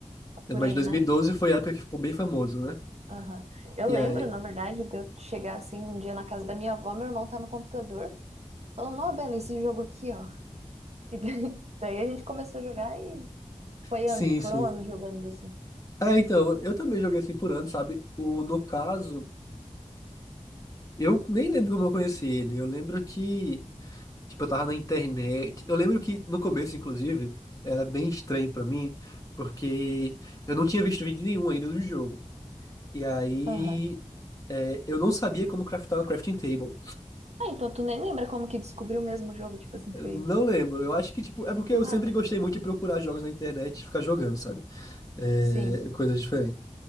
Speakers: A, on the right; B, on the left.
A: por
B: Mas
A: aí,
B: 2012
A: né?
B: foi a época que ficou bem famoso, né?
A: Aham. Eu
B: E
A: lembro,
B: aí,
A: na verdade, de eu chegar assim um dia na casa da minha avó, meu irmão tá no computador, falando, ó, Bela, esse jogo aqui, ó. E daí, <laughs> daí a gente começou a jogar e foi
B: sim,
A: ano, foram
B: sim.
A: anos jogando assim.
B: Ah, então, eu também joguei assim por ano, sabe? O, no caso, eu nem lembro como eu conheci ele. Eu lembro que Tipo, eu tava na internet. Eu lembro que no começo, inclusive, era bem estranho pra mim, porque eu não tinha visto vídeo nenhum ainda do jogo. E aí,
A: Aham.
B: é, eu não sabia como craftar uma crafting table.
A: Ah, então tu nem lembra como que descobriu o mesmo jogo, tipo assim,
B: Não
A: foi
B: lembro. Eu acho que, tipo, é porque
A: do
B: eu
A: nada.
B: sempre gostei muito de procurar jogos na internet e ficar jogando, sabe? É,
A: Sim.
B: coisas diferentes.